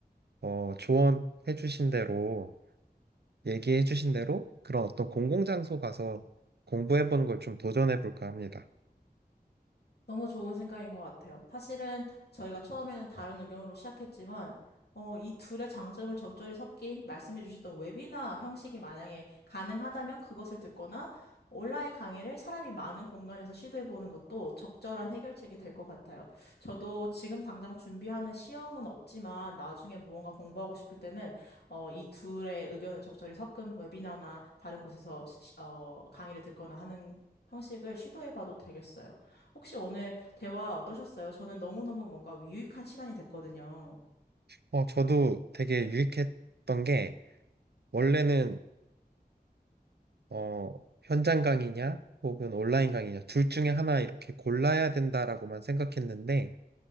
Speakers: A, on the right (about 80°); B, on the left (about 75°).
A: 어, 조언해 주신 대로, 얘기해 주신 대로 그런 어떤 공공장소 가서 공부해 보는 걸 좀 도전해 볼까 합니다.
B: 너무 좋은 생각인 것 같아요. 사실은 저희가 처음에는 다른 의견으로 시작했지만, 어, 이 둘의 장점을 적절히 섞인 말씀해 주셨던 웨비나 형식이 만약에 가능하다면 그것을 듣거나 온라인 강의를 사람이 많은 공간에서 시도해 보는 것도 적절한 해결책이 될 것 같아요. 저도 지금 당장 준비하는 시험은 없지만 나중에 무언가 공부하고 싶을 때는 어, 이 둘의 의견을 적절히 섞은 웨비나나 다른 곳에서 시- 어, 강의를 듣거나 하는 형식을 시도해 봐도 되겠어요. 혹시 오늘 대화 어떠셨어요? 저는 너무너무 뭔가 유익한 시간이 됐거든요.
A: 어, 저도 되게 유익했던 게, 원래는 어, 현장 강의냐, 혹은 온라인 강의냐, 둘 중에 하나 이렇게 골라야 된다라고만 생각했는데,